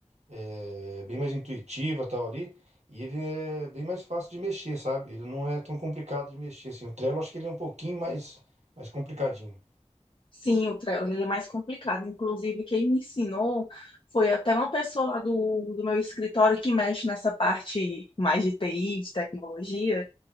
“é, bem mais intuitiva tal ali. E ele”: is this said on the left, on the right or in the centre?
Right